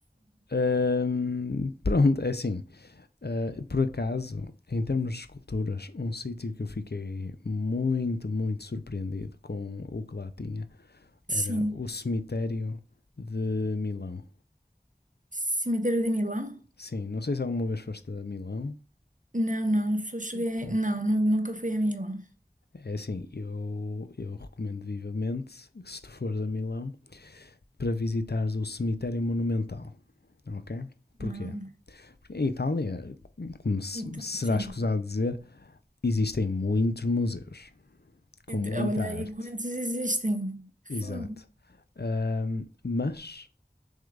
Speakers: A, on the left; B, on the right.
A: Ahm, pronto, é assim. ah, por acaso, em termos de esculturas, um sítio que eu fiquei muito, muito surpreendido com o que lá tinha era
B: Sim,
A: o cemitério de Milão.
B: cemitério de Milão.
A: Sim, não sei se alguma vez foste a Milão.
B: Não, não, só cheguei.
A: Pronto.
B: Não, nu- nunca fui a Milão.
A: É assim, eu, eu recomendo vivamente que se tu fores a Milão para visitares o cemitério monumental, ok? Porquê?
B: Hum,
A: Porque Em Itália, como será
B: então, sim.
A: escusado dizer, existem muitos museus com
B: Então,
A: muita
B: olha
A: arte,
B: aí quantos existem. Fogo.
A: exato. Ahm, mas